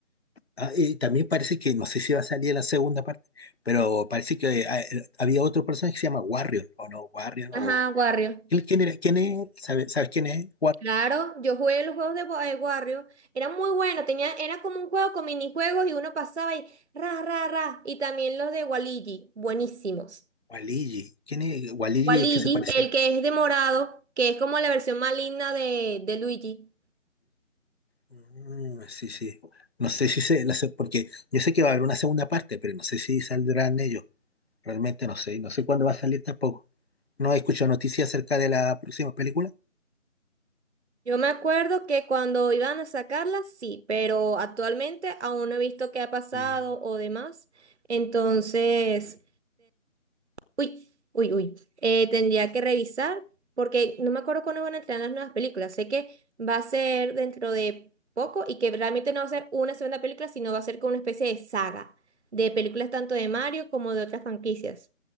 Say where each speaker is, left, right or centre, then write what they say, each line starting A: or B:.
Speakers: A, on the left (about 50°); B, on the right (about 55°).
A: Ah, y también parece que, no sé si va a salir la segunda parte, pero parece que ah, eh, había otro personaje que se llama Warrior, o no, Warrior,
B: Ajá,
A: o...
B: Wario.
A: ¿Quién quién era? ¿Quién es? él? ¿Sabe- ¿Sabes, quién es él?
B: Claro, yo jugué los juegos de Wa- eh, Wario, era muy bueno, tenía, era como un juego con minijuegos y uno pasaba y ra, ra, ra, y también los de Waluigi, buenísimos.
A: Waligi. ¿Quién es? Waligi
B: Waluigi,
A: es que se parece
B: el
A: a...
B: que es de morado, que es como la versión maligna de, de Luigi.
A: Mm, sí, sí. No sé si se... la se- Porque yo sé que va a haber una segunda parte, pero no sé si saldrán ellos. Realmente no sé. y No sé cuándo va a salir tampoco. No he escuchado noticias acerca de la próxima película.
B: Yo me acuerdo que cuando iban a sacarla, sí, pero actualmente aún no he visto qué ha pasado
A: Mm.
B: o demás. Entonces, uy, uy, uy, eh, tendría que revisar porque no me acuerdo cuándo van a entrar las nuevas películas. Sé que va a ser dentro de poco y que realmente no va a ser una segunda película, sino va a ser como una especie de saga de películas tanto de Mario como de otras franquicias.